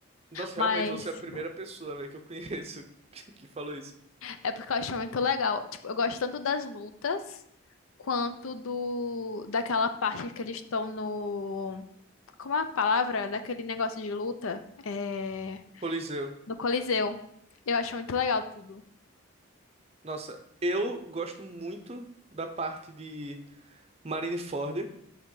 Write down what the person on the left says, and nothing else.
Mas
é porque eu acho muito legal. Tipo, eu gosto tanto das lutas, quanto do, daquela parte que eles estão no... Como é a palavra? Daquele negócio de luta? É...
no Coliseu. Eu acho muito legal tudo.